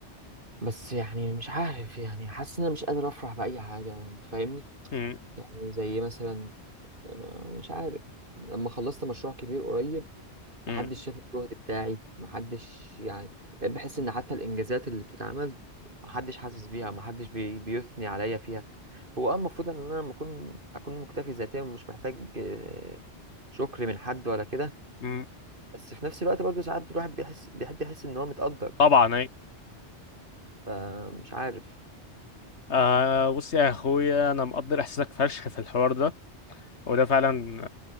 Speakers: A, on the right; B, on the left.
A: بس يعني مش عارف يعني حاسس إن أنا مش قادر أفرح بأي حاجة أنت فاهمني
B: م-
A: يعني زي مثلا مش عارف لما خلصت مشروع كبير قريب
B: م-
A: محدش شاف الجهد بتاعي محدش يعني بقيت بحس ان حتى الانجازات اللي بتتعمل محدش حاسس بيها محدش بي... بيثني عليا فيها هو اه المفروض ان انا لما اكون اكون مكتفي ذاتيا ومش محتاج آه، شكر من حد ولا كده
B: م.
A: بس في نفس الوقت برضه ساعات الواحد بيحس بيحب يحس ان هو متقدر
B: طبعا
A: فمش عارف
B: آه بص يا اخويا انا مقدر احساسك فشخ في الحوار ده وده فعلا